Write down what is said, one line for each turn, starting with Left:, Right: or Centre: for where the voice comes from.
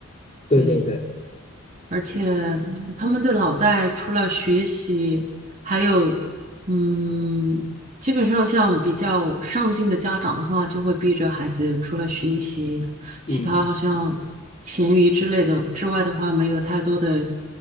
Left: 对对对，
Right: 对。而且嗯他们的脑袋除了学习，还有嗯，基本上像比较上进的家长的话，就会逼着孩子除了学习，
Left: 嗯，
Right: 其他好像闲鱼之类的之外的话，没有太多的